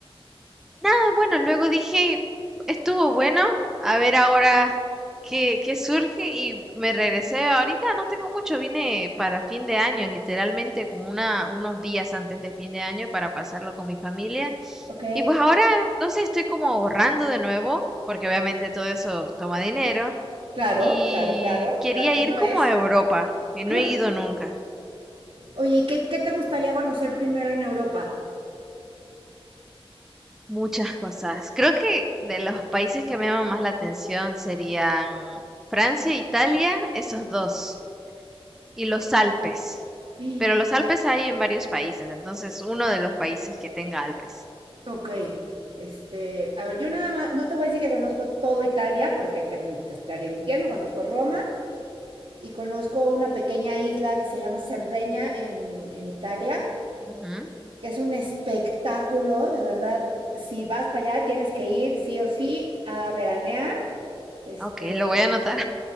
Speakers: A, in the centre; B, on the right.
A: Nada, bueno, luego dije, estuvo bueno, a ver ahora qué, qué surge y me regresé ahorita, no tengo mucho, vine para fin de año, literalmente como una, unos días antes de fin de año para pasarlo con mi familia.
B: ok,
A: Y pues ahora, no sé, estoy como ahorrando de nuevo, porque obviamente todo eso toma dinero,
B: claro,
A: y
B: claro, claro,
A: quería
B: gratis
A: ir
B: no
A: como
B: es.
A: a Europa,
B: <gasps>
A: que no
B: ¡Ah!
A: he ido nunca.
B: Oye, ¿y qué, qué te gustaría conocer primero en Europa?
A: Muchas cosas. Creo que de los países que me llaman más la atención serían Francia, Italia, esos dos, y los Alpes.
B: <gasps> ¡Ah!
A: Pero los Alpes hay en varios países, entonces uno de los países que tenga Alpes.
B: Ok, este, a ver, yo nada más, no te voy a decir que conozco todo Italia, porque te, te estaría mintiendo, conozco Roma y conozco una pequeña isla que se llama Cerdeña en, en Italia,
A: Ujú,
B: que es un espectáculo, de verdad. Si vas para allá, tienes que ir sí o sí a veranear. Este
A: Ok, lo voy a anotar.